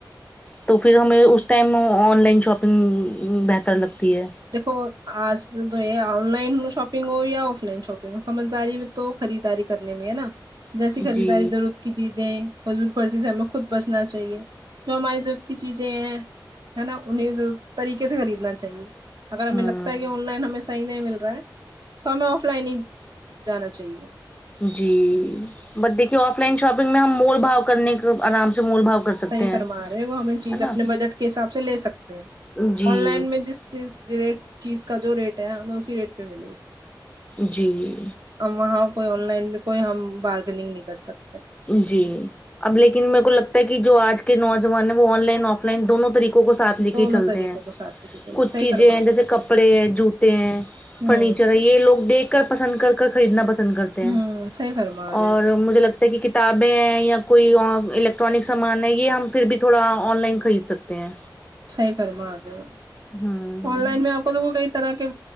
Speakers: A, on the left (about 15°); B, on the right (about 60°).
A: تو پھر ہم اس ٹائم آن لائن شاپنگ بہتر لگتی ہے
B: دیکو آج یہ آن لائن شاپنگ ہو یا آف لائن شاپنگ ہو سمجھداری میں تو خریداری کرنے میں ہے نا جیسی خریداری
A: جی
B: ضرورت کی چیزیں فضول فارسی سے ہمیں خود بچنا چاہیے جو ہماری ضرورت کی چیزیں ہیں ہے نا انہیں طریقے سے خریدنا چاہیے اگر ہمیں
A: ہاں
B: لگتا ہے کہ آن لائن ہمیں صحیح نہیں مل رہا ہے تو ہمیں آف لائن ہی جانا چاہیے
A: جی بٹ دیکھیے آف لائن شاپنگ میں ہم مول بھاو کرنے کا آرام سے مول بھاؤ کر
B: صحیح
A: سکتے ہیں
B: فرما رہے وہ ہمیں چیز
A: ہے نا
B: اپنے بجٹ کے حساب سے لے سکتے ہیں
A: جی
B: آن لائن میں جس چیز ریٹ چیز کا جو ریٹ ہے ہمیں اسی ریٹ پہ ملے گی
A: جی
B: ہم وہاں کوئی آن لائن بھی کوئی ہم بارگنگ نہیں کر سکتے
A: جی اب لیکن میر کو لگتا ہے کہ جو آج کے نوجوان ہیں وہ آن لائن آف لائن دونوں طریقے کو ساتھ لے کے
B: دونوں
A: ہی چلتے
B: طریقوں
A: ہیں
B: کو ساتھ لے کے چلتے
A: کچھ
B: صحیح
A: چیزیں
B: فرما
A: ہیں جیسے
B: رہے ہو
A: کپڑے ہیں جوتے ہیں فرنیچر
B: ہ
A: ہے یہ لوگ دیکھ کر پسند کر کر خریدنا پسند کرتے ہے
B: ہ صحیح فرما رہے
A: اور
B: ہو
A: مجھے کی کتابیں ہیں یا کوئی الیکٹرانک سامان ہے یہ ہم پھر بھی تھوڑا آن لائن خرید سکتے ہیں
B: سئی فرما رہے ہو
A: ہوں
B: آن لائن میں آپ کو تو کئی طرح کے